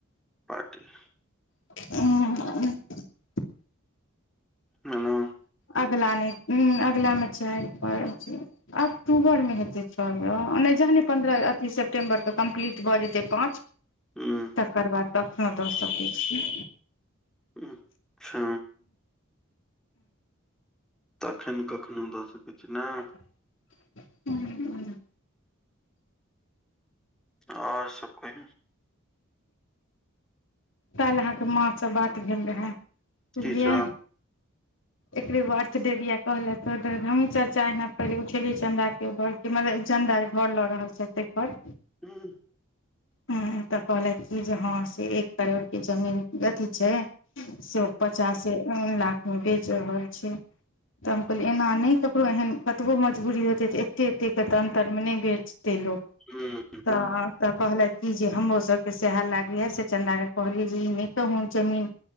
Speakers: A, in the centre; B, on the left.
A: पार्टी
B: <inaudible>
A: मना
B: अगला नय अगिला मे चार पर छै अक्टूबरमे हेतै छ यो ओ नय जखने पन्द्रह अथी सेप्टेम्बर तऽ कम्प्लीट भऽ जेतै पाँच
A: हुं हुं
B: तकर बाद कखनो दऽ सकै छी
A: हूँ अच्छा तखैन कखनो दऽ सकै छी नहि
B: हूँ हूँ
A: और सब मे
B: काल्हि अहाँकेँ माँ सँ बात भेल रहै बुझलियै
A: की सब
B: एकरे बर्थडे दिया कहलथि त त हमही सब चर्चा एना पहिले उठेलियै चन्दा केँ बर के मतलब ई चंदा जे घर लऽ रहल छैथ तइ पर
A: हूँ
B: हँ तऽ कहने छलखिन कि जे हँ से एक करोड़ के जमीन अथी छै सो पचासे लाख मे बेच रहल छै तऽ हम कहलियै एना नय ककरो एहन कतबो मजबूरी हेते तऽ एते एते के तऽ अन्तर मे नय बेचे <unintelligible>
A: हुं
B: तऽ तऽ कहलथ ई जे हमरो सबके सएह लागैए से चन्दाके कहलियै जे ई नहि कहूँ जमीन